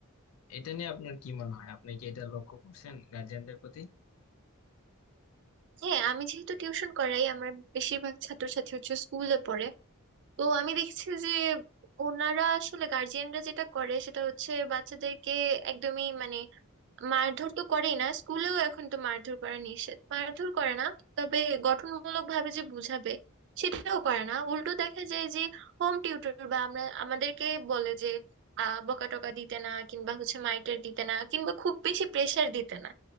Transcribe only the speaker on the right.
হ্যাঁ আমি যেহেতু টিউশন করাই আমার বেশিরভাগ ছাত্রছাত্রী হচ্ছে স্কুলে পড়ে তো আমি দেখছি যে ওনারা আসলে গার্জিয়ানরা যেটা করে সেটা হচ্ছে বাচ্চাদেরকে একদমই মানে মারধর তো করেই না স্কুলেও এখন তো মারধর করা নিষেধ মারধর করে না তবে গঠনমূলক ভাবে যে বুঝাবে সেটাও করে না উল্টো দেখা যায় যে হোম টিউটর বা আমরা আমাদেরকে বলে যে আহ বকাটকা দিতে না কিংবা হচ্ছে মাইটার দিতে না কিংবা খুব বেশি প্রেশার দিতে না